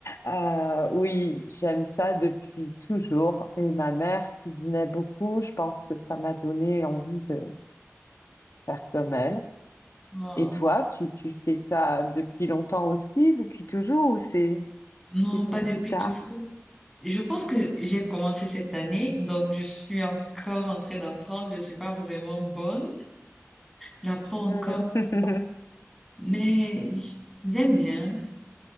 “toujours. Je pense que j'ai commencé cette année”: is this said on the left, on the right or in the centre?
Centre